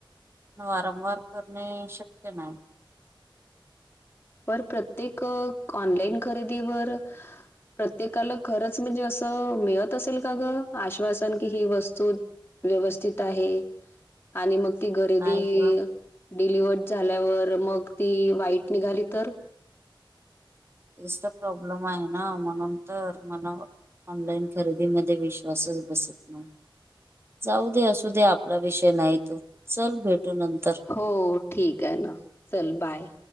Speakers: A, on the right (about 30°); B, on the left (about 25°).
A: वारंवार करणे शक्य नाही
B: पर प्रत्येक ऑनलाईन खरेदीवर प्रत्येकाला खरंच म्हणजे असं मिळत असेल का ग आश्वासन की ही वस्तू व्यवस्थित आहे आणि मग ती खरेदी
A: नाही ग
B: डिलिव्हर्ड झाल्यावर मग ती वाईट निघाली तर
A: तेस प्रॉब्लेम आहेना मनंत मन ऑनलाईन खरेदीमध्ये विश्वासच बसत नाही जाऊ दे असू दे आपला विषय नाही तो चल भेटू नंतर
B: हो ठीक आहे ना चल बाय